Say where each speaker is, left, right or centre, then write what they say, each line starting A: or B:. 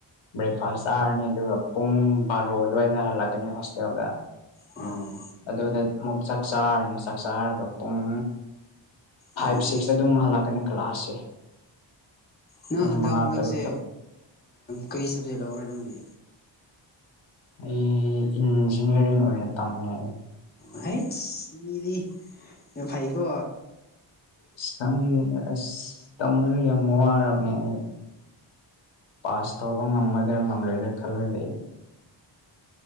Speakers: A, on the left (about 75°); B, on the left (about 20°).
A: ꯕ꯭ꯔꯦꯛꯐꯥꯁ ꯆꯥꯔꯅꯤ ꯑꯗꯨꯒ ꯄꯨꯡ ꯕꯥꯔꯣ ꯑꯗꯨꯋꯥꯏꯗ ꯍꯜꯂꯛꯀꯅꯤ ꯍꯣꯁꯇꯦꯜꯗ
B: ꯑꯥ
A: ꯑꯗꯨꯗ ꯑꯃꯨꯛ ꯆꯥꯛ ꯆꯥꯔꯅꯤ ꯆꯥꯛ ꯆꯥꯔꯒ ꯄꯨꯡ ꯐꯥꯏꯚ
B: ꯎꯝ
A: ꯁꯤꯛꯁꯇ ꯑꯗꯨꯝꯨꯛ ꯍꯜꯂꯛꯀꯅꯤ ꯀ꯭ꯂꯥꯁꯁꯦ
B: ꯅꯪ
A: ꯄꯨꯡ
B: ꯍꯟꯗꯛ
A: ꯃꯉꯥ
B: ꯍꯟꯗꯛꯁꯦ
A: ꯇꯔꯨꯛꯇ
B: ꯀꯔꯤ ꯁꯕꯖꯦꯛ ꯂꯧꯔꯦ ꯅꯪꯗꯤ
A: ꯑꯩ ꯏꯟꯖꯤꯅꯤꯌꯥꯔꯤꯡ ꯑꯣꯏꯅ ꯇꯝꯃꯦ ꯑꯩ
B: ꯑꯥꯏꯠꯁ ꯃꯤꯗꯤ ꯐꯥꯏꯀꯣ
A: ꯈꯪꯉꯦꯅ ꯑꯁ ꯇꯝꯃꯅ ꯌꯥꯝ ꯋꯥꯔꯕꯅꯦ ꯑꯩ ꯄꯥꯁ ꯇꯧꯕ ꯉꯝꯒꯗ꯭ꯔ ꯉꯝꯂꯣꯏꯗ ꯈꯜꯂ ꯂꯩ